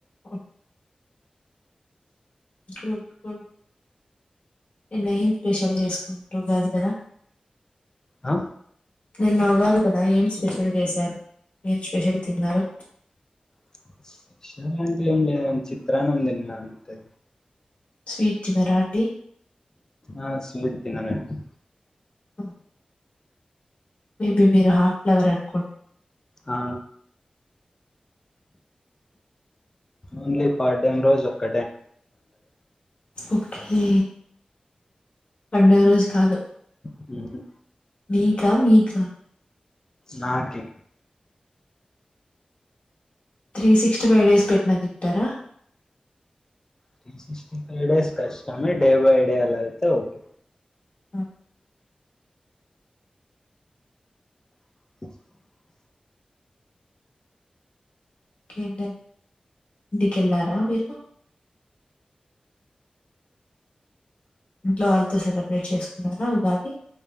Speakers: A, on the left (about 55°); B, on the left (about 25°).
A: ఓ గుడ్ గుడ్ నిన్న ఏం స్పెషల్ చేసుకున్నట్లు ఉగాది కదా
B: ఆ
A: నిన్న ఉగాది కదా ఏం స్పెషల్ చేశారు ఏం స్పెషల్ తిన్నారు
B: <unintelligible> చిత్రాన్నం తిన్న అంతే
A: స్వీట్ తినరా అండి
B: ఆ స్వీట్ తిననండి
A: మ్మ్ మేబీ మీరు హాట్ లవర్ అనుకుంటా
B: ఆ ఓన్లీ <unintelligible> రోజు ఒక్క
A: ఓకే పండగ రోజు కాదు
B: మ్ హూ
A: మీకా మీ క్క
B: నాకే
A: త్రీ సిక్స్టీ ఫైవ్ డేస్ పెట్టిన తింటారా
B: త్రీ సిక్స్టీ ఫైవ్ డేస్ కష్టమే డే బై డే అలా అయితే ఓకే
A: ఆ
B: <inaudible>
A: కే డన్ ఇంటికెళ్ళారా మీరు ఇంట్లో వాళ్ళతో సెలబ్రేట్ చేసుకున్నారా ఉగాది